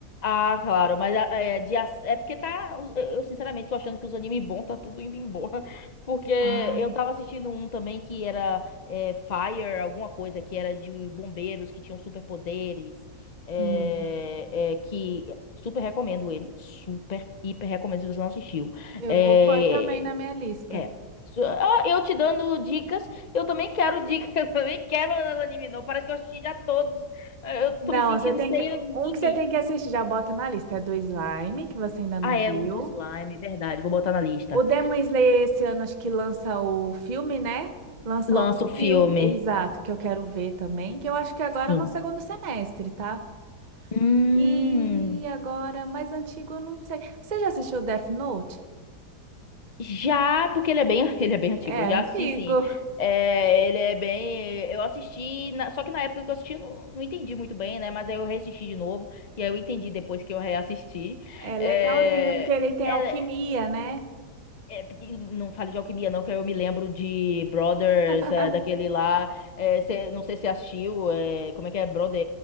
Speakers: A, on the left; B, on the right.
A: Ah, claro, mas a- é, de, ac- é porque tá. os- Eu eu, sinceramente tô achando que os animes bons tá tudo indo embora. <laughs> Porque
B: Ai,
A: eu tava assistindo um também que era é, Fire, alguma coisa, que era de bombeiros que tinham superpoderes. É,
B: Hum.
A: é, que super recomendo ele. Super, hiper recomendo se você não assistiu.
B: eu
A: É,
B: vou pôr também na minha lista.
A: é. Su- ah, Eu te dando dicas, eu também quero dicas, <laughs> eu também quero anime, não. Parece que eu assisti já todos. Eu
B: Não,
A: tô me sentindo
B: você tem
A: sem
B: que.
A: anime.
B: Um que você tem que assistir, já bota na lista, é do Slime, que você ainda não
A: Ah, é
B: viu.
A: o do slime, verdade. Vou botar na lista.
B: O Demon Slayer esse ano acho que lança o filme, né? Lança
A: Lança
B: outro
A: o filme.
B: filme, exato, que eu quero ver também, que eu acho que agora
A: Sim.
B: é no segundo semestre, tá?
A: Hum,
B: E agora, mais antigo, eu não sei. Você já assistiu Death Note?
A: já, porque ele é bem, <laughs> ele é bem antigo.
B: É
A: Eu já
B: antigo.
A: assisti, sim. É, ele é bem. Eu assisti, na- só que na época que eu assisti, eu não, não entendi muito bem, né? Mas aí eu reassisti de novo. E aí eu entendi depois que eu reassisti.
B: É legalzinho,
A: É,
B: porque ele tem
A: é,
B: alquimia, né?
A: É, e não fale de alquimia, não, que eu me lembro de Brothers,
B: <laughs>
A: é, daquele lá. é, cê- não sei se você assistiu. é, como é que é? Brother,